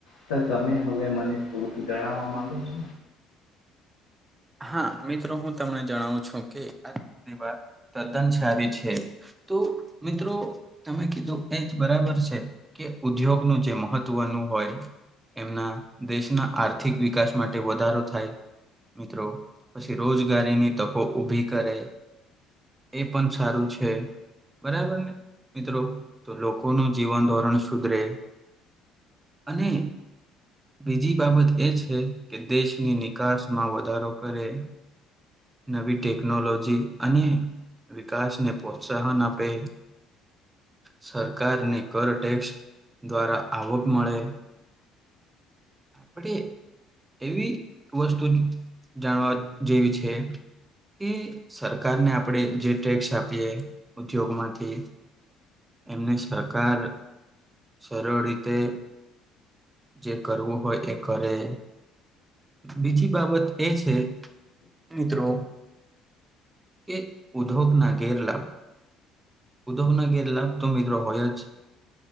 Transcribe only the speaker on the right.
હા મિત્રો હું તમને જણાવું છું કે આ વા તદ્દન સારી છે તો મિત્રો તમે કીધું એ જ બરાબર છે કે ઉદ્યોગનુંું જે મહત્વનું હોય એમના દેશના આર્થિક વિકાસ માટે વધારો થાય મિત્રો પછી રોજગારીની તકો ઉઊભી કરે એ પણ સારું છે બરાબર ને મિત્રો તો લોકો ન જીવન ધોરણ સુધરે અને બીજી બાબત એ છે કે દેશની નિકાસ માં વધારો કરે નવી ટેકનોલોજી અને વિકાસ ને પ્રોત્સાહન આપે સરકાર ને કર ટેક્સ દ્વારા આવક મળે અપટે એવી વસ્તુ જાણવા જેવી છે કે સરકારને આપણે જે ટેક્સ આપીએ ઉદ્યોગમાંથી એમને સરકાર સરળ રીતે જે કરવું હોય એ કરે બીજી બાબત એ છે મિત્રો કે ઉધગ નાગેરલા ઉધવ ના ગેર લાભ તો મિત્રો હોય જ છે